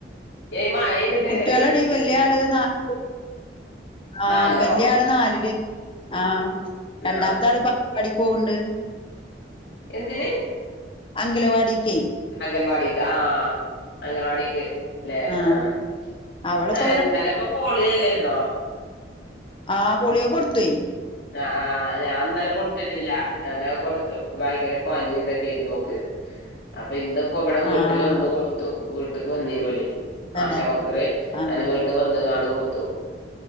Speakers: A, on the left; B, on the left.
A: ഈ മഴെയ്തിട്ടേക്കാരെ
B: കുട്ടികളടി
A: റേഞ്ചിന്റെ
B: വല്യ ആള് നാല് ആ
A: നാലിലോ
B: വല്യ ആള് നാലില് ആ രണ്ടാമത്തെ
A: ആഹ്
B: ആള് പഠിക്കോണ്ണ്ട്
A: എന്തിന്
B: അംഗനവാടിക്കെ
A: അംഗൻവാടിക്ക് ആ അംഗൻവാടിക്ക് അല്ലെ
B: ആഹ്
A: ആ
B: അവളിപ്പ
A: ഇന്നലപ്പോ പോളിയല്ലായിരുന്നോ
B: അ പോളിയോ കൊടുത്ത്
A: ആ ആ ഞാൻ ഇന്നലെ കൊടുത്തിട്ടില്ല ഇന്നലെ ഭയങ്കര പനി എന്തൊക്കെയൊ ആയിരുന്നു ഓൾക്ക് അപ്പൊ ഇന്നിപ്പ ഇവിടെ വീട്ടിൽ
B: ആഹ്
A: വന്ന് കൊടുത്തു വീട്ടക്ക് വന്നീന് ഓല്
B: തന്നെ
A: ആശ വർക്കർ
B: ആഹ്
A: അങ്ങനെ വീട്ട് വന്നങ്ങാണ്ട് കൊടുത്തു